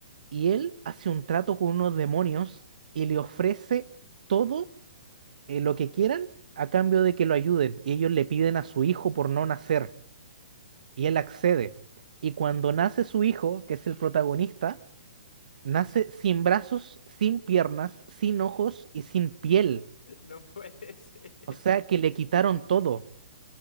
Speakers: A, on the right (about 65°); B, on the left (about 75°).
A: Y él hace un trato con unos demonios y le ofrece todo eh, lo que quieran a cambio de que lo ayuden. Y ellos le piden a su hijo por no nacer. Y él accede. Y cuando nace su hijo, que es el protagonista, Nace
B: Sí.
A: sin brazos, sin piernas, sin ojos y sin piel.
B: <laughs> No puede ser.
A: O sea que le
B: <laughs>
A: quitaron todo.